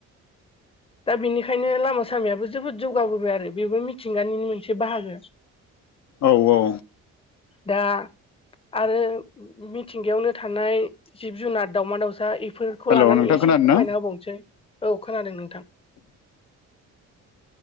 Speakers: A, on the left; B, on the left.
A: दा बिनिखायनो लामा सामायाबो जोबोद जौगाबोबाय आरो बेबो मिथिंगानि मोनसे बाहागो।
B: औ औ
A: दा आरो मिथिंगायावनो थानाय जिब-जुनार दाावमा- दाउसा एफो खौ
B: हेल'
A: लानानै
B: नोंथां
A: एसे
B: खोनादों
A: फोरमायना
B: ना
A: होबावनोसै औ खोनादों नोंथां